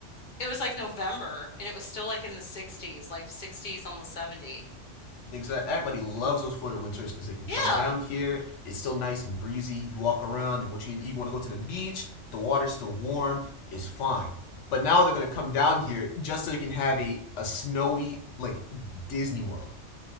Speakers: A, on the left; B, on the left.
A: It was like November, and it was still like in the 60s, like 60s, almost 70.
B: Exactly. Everybody loves those Florida winters because they can
A: Yeah.
B: come down here. It's still nice and breezy. You walk around, and what you need, you want to go to the beach. The water's still warm. It's fine. But now they're gonna come down here just so they can have a, a snowy like Disney World.